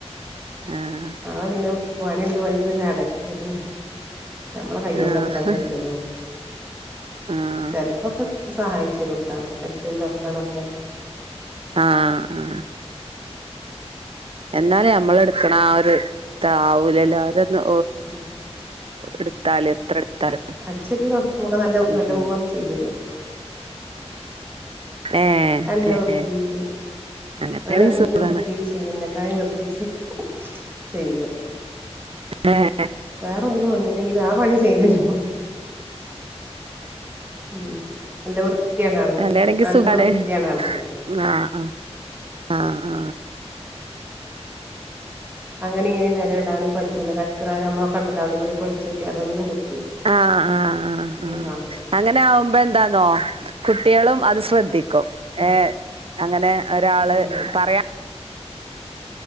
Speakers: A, on the right; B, on the right.
A: ആഹ്
B: ആ പിന്നെ പണിയെടുത്ത് പണിയെടുത്ത് ചടച്ച് നമ്മളെ കൈകൊണ്ട്
A: ആഹ്
B: എത്തണ്ടേല്ലതും
A: ആഹ്
B: ചെലപ്പൊക്കെ സഹായിച്ചെരൂട്ട അടിച്ച് തൊടാക്കാനൊക്കെ
A: ആഹ് ആ ആ എന്നാലെ നമ്മളെടുക്കണ ആ ഒരു എടുത്താവൂലല്ലോ എല്ലാരൊന്ന്
B: ഉം
A: എടുത്താല് എത്ര എടുത്താലും
B: അടിച്ച് വാരി തുടക്കുമ്പൊക്കെ നല്ല
A: ഉം
B: നല്ലപോലെ ചെയ്തെരും
A: ഏഹ്
B: നല്ല
A: ഏഹ്
B: വൃത്തിയില്
A: അങ്ങനെയാണെങ്കി
B: അത് നല്ല
A: സുഖാണ്
B: വൃ വൃത്തി ചെയ്യും എന്നെക്കായി വൃത്തി ചെയ്യ് ചെയ്യും
A: ഏഹ്
B: വേറൊന്നിലും വന്നില്ലെങ്കിലും ആ പണി ചെയ്തെരും ഉം നല്ല വൃത്തിയാണ് ആൾക്ക്
A: അങ്ങനെയാണെങ്കി
B: നല്ല
A: സുഖാണ്
B: വൃത്തിയാണ് ആൾക്കെ
A: ആഹ് ആഹ് ആഹ് ആഹ്
B: അങ്ങനെ ഇങ്ങനെ വെരെ ഇടാനും പറ്റൂല്ല കച്ചറ ഞമ്മളൊക്കെണ്ടല്ലൊ അവടെ ഇവടെ ക്കെ വലിച്ചൂട്ടി അതൊന്നും പറ്റ്
A: ആഹ് ആഹ് ആഹ് ആഹ്
B: കാണണം
A: അങ്ങനാകുമ്പോ എന്താന്നോ കുട്ട്യാളും അത് ശ്രദ്ധി ക്കും ഏ അങ്ങനെ ഒരാള്
B: ഉം
A: പർ